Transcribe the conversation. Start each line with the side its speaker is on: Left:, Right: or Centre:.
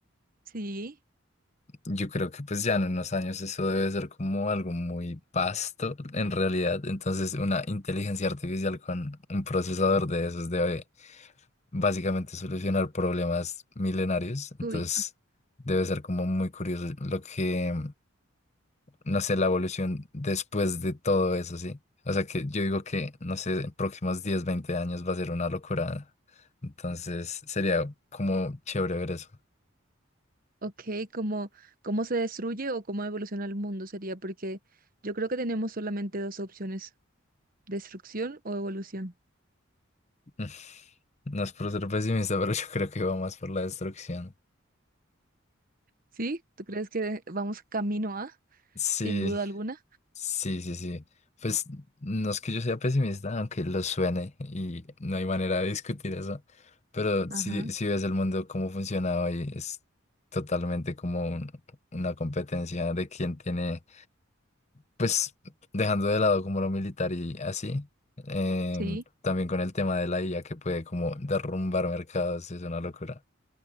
Right: Sí.
Left: Yo creo que pues ya en unos años eso debe ser como algo muy vasto en realidad. Entonces una inteligencia artificial con un procesador de esos debe básicamente solucionar problemas milenarios. Entonces
Right: Uy,
Left: debe ser como muy curioso lo que, no sé, la evolución después de todo eso, ¿sí? O sea que yo digo que, no sé, en próximos 10 20 años va a ser una locura. Entonces sería como chévere ver eso.
Right: ok, ¿cómo, cómo se destruye o cómo evoluciona el mundo sería? Porque yo creo que tenemos solamente dos opciones destrucción o evolución.
Left: <laughs> No es por ser pesimista, pero yo creo que va más por la destrucción.
Right: ¿Sí? ¿Tú crees que vamos camino a?
Left: Sí,
Right: Sin duda alguna.
Left: sí, sí, sí. Pues no es que yo sea pesimista, aunque lo suene y no hay manera de discutir eso, pero
Right: Ajá.
Left: si, si ves el mundo cómo funciona hoy, es totalmente como un- una competencia de quién tiene, pues dejando de lado como lo militar y así, em,
Right: Sí.
Left: también con el tema de la IA que puede como derrumbar mercados, es una locura.